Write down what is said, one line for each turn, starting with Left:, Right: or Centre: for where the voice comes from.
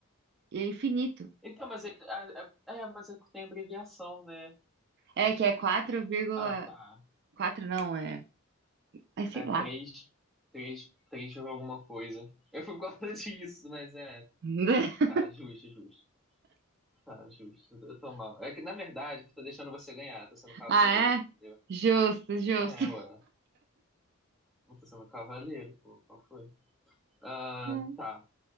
Right: E é infinito.
Centre: Então, mas é... É, é, é, mas é que tem abreviação, né?
Right: É que é quatro vírgula
Centre: Ah, tá.
Right: quatro não, é, é sei
Centre: É
Right: lá.
Centre: três... Três... Três por alguma coisa. Eu fui por causa <laughs> disso, mas é...
Right: <laughs>
Centre: Tá, justo, justo. Tá, justo. Eu tô mal. É que, na verdade, que eu tô deixando você ganhar. Tô sendo cavaleiro,
Right: Ah,
Centre: entendeu?
Right: é? Justo, justo.
Centre: É, ué. Não tô sendo cavaleiro, pô. Qual foi? Ah,
Right: Hum.
Centre: tá.